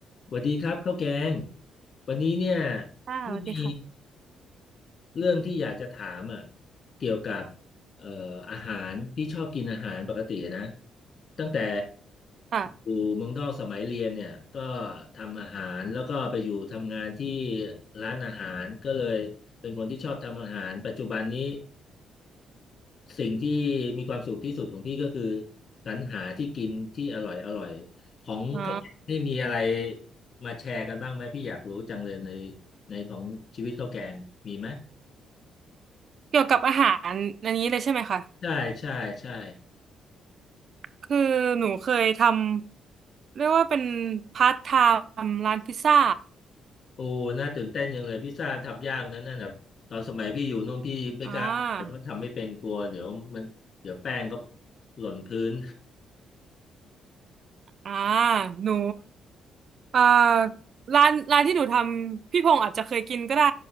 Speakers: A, on the left; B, on the right.
A: สวัสดีครับข้าวแกงวันนี้เนี่ย
B: ค่ะสวัสดีค่ะ
A: ที่มีเรื่องที่อยากจะถามอ่ะเกี่ยวกับเอ่ออาหารที่ชอบกินอาหารปกตินะตั้งแต่
B: ค่ะ
A: อยู่เมืองนอกสมัยเรียนเนี่ยก็ทำอาหารแล้วก็ไปอยู่ทำงานที่ร้านอาหารก็เลยเป็นคนที่ชอบทำอาหารปัจจุบันนี้ สิ่งที่มีความสุขที่สุดของพี่ก็คือสรรหาที่กินที่อร่อยอร่อยของเขานี่มีอะไร
B: อ๋อ
A: มาแชร์กันบ้างไหมพี่อยากรู้จังเลยในในของชีวิตข้าวแกงมีไหม
B: เกี่ยวกับอาหารอันนี้เลยใช่ไหมคะ
A: ใช่ใช่ใช่
B: คือหนูเคยทำเรียกว่าเป็นพาร์ทไทม์ร้านพิซซ่า
A: โอ้น่าตื่นเต้นจังเลยพิซซ่าทำยากนะนั่นแบบตอนสมัยพี่อยู่นู่นพี่ไม่กล้าไปเพราะทำไม่เป็นกลัวเดี๋ยวมันเดี๋ยวแป้งก็
B: อ่า
A: หล่นพื้น
B: อ่าหนูอ่าร้านร้านที่หนูทำพี่พงษ์อาจจะเคยกินก็ได้